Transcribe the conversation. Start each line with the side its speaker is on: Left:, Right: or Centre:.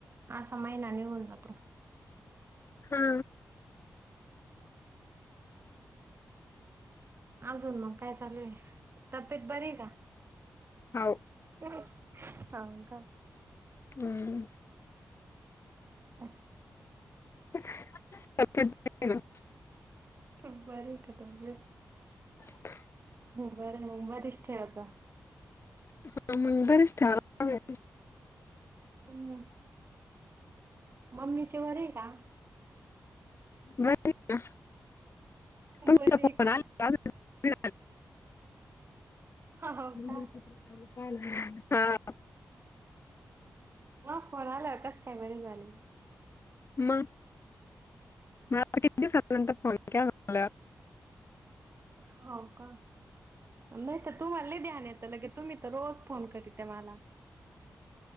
Right: असामहीना निघून जातो.
Left: हा
Right: हा अजून मंग काय चालूं आहे तब्येत बरी आहे कां.
Left: हा हो
Right: अ का थांबका
Left: हम्
Right: अ
Left: <inaudible>
Right: बरं आहे का दमलेत
Left: <inaudible>
Right: <inaudible> वरीचं ठेवायचां
Left: हा मगबरेच ठाव आहे.
Right: हम् हम् मम्मीचे बरे आहे कां
Left: बरं आहे का तुमचा
Right: बरी
Left: फोन
Right: आहे का
Left: आला दादाचा
Right: हो
Left: पण
Right: का
Left: फोन आला हा
Right: मंग फोन आल्यावर कसं काय बरी झाली
Left: म मग काय किती दिवसा नंतर फोन केला होता
Right: हो का नाहीं तर तुम्हांला लय ध्यान एत लगे तुम्हीं तर रोज फोन करी त्यां मला <inaudible>